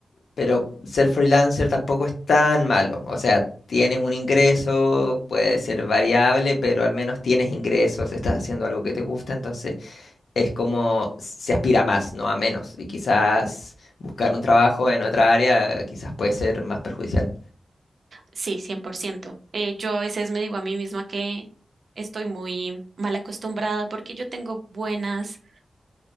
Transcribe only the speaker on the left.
pero ser freelancer tampoco es tan malo. O sea, tienes un ingreso, puede ser variable, pero al menos tienes ingresos, estás haciendo algo que te gusta, entonces es como se aspira a más, no a menos. Y quizás buscar un trabajo en otra área quizás puede ser más perjudicial.